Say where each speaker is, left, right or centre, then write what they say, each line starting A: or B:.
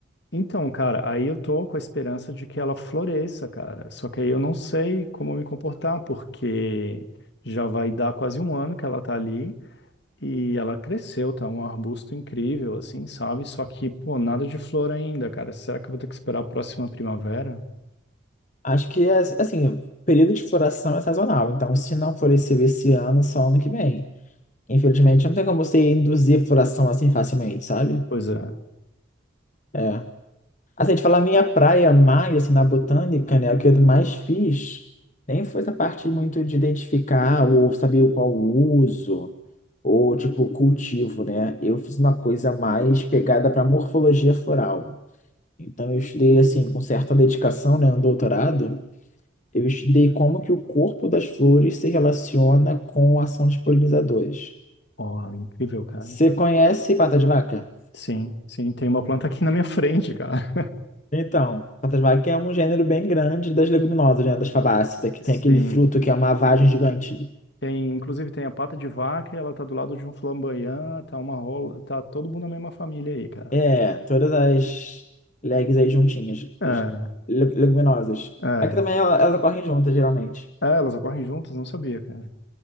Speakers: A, on the left (about 55°); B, on the left (about 35°).
A: Então, cara, aí eu tô com a esperança de que ela floresça, cara. Só que aí eu não sei como me comportar, porque já vai dar quase um ano que ela tá ali. E ela cresceu, tá um arbusto incrível, assim, sabe? Só que, pô, nada de flor ainda, cara. Será que eu vou ter que esperar a próxima primavera?
B: Acho que, é, assim, o período de floração é sazonal. Então, se não floresceu esse ano, só ano que vem. Infelizmente, não tem como você induzir floração assim facilmente, sabe?
A: Pois é.
B: É. Assim, de falar minha praia mais, assim, na botânica, né, o que eu mais fiz, nem foi essa parte muito de identificar ou saber o qual o uso, ou, tipo, cultivo, né? Eu fiz uma coisa mais pegada para morfologia floral. Então, eu estudei, assim, com certa dedicação, né, um doutorado, Eu estudei como que o corpo das flores se relaciona com a ação dos polinizadores.
A: Ó, incrível, cara.
B: Você conhece pata de vaca?
A: Sim, sim, tem uma planta aqui na minha frente, cara.
B: Então, pata de vaca é um gênero bem grande das leguminosas, né? Das fabáceas, é que
A: <laughs>
B: tem
A: Sim,
B: aquele fruto que é uma vagem
A: sim,
B: gigante.
A: sim. Tem, inclusive tem a pata de vaca, e ela tá do lado de um flamboyant, tá uma rola, tá todo mundo na mesma família aí, cara.
B: É, todas as legs aí juntinhas,
A: É,
B: as le- leguminosas.
A: é.
B: Aqui também ela- elas ocorrem juntas, geralmente.
A: É, elas ocorrem juntas, não sabia, cara.